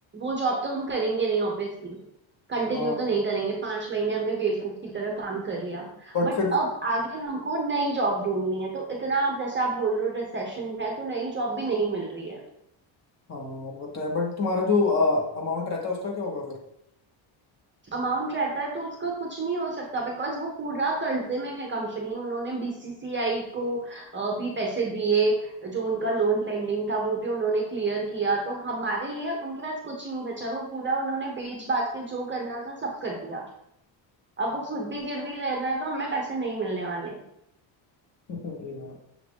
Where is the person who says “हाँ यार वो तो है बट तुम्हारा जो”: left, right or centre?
Left